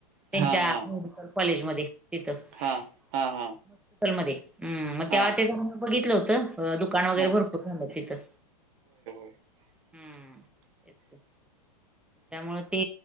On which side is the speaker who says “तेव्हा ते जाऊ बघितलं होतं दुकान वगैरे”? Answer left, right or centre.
Centre